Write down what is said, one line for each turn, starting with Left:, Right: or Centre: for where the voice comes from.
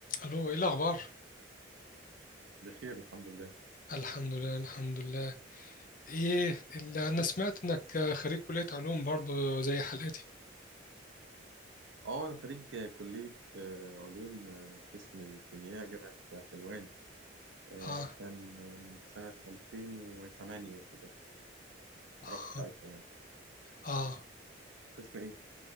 Left: الو ايه الاخبار
Right: بخير الحمد لله
Left: الحمد لله الحمد لله ايه اللي انا سمعت انك خريج كلية علوم برضو زي حالاتي
Right: اه انا خريج كلية آه، علوم آه، قسم الكيمياء جامعة حلوان آه،
Left: اه
Right: كان من سنة 2008 كده اتخرجت
Left: اه
Right: ساعتها يعني
Left: اه
Right: قسم ايه؟